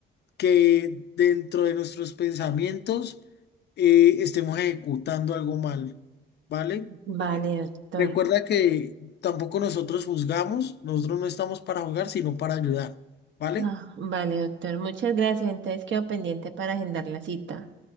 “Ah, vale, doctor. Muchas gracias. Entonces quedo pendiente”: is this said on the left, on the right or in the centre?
Right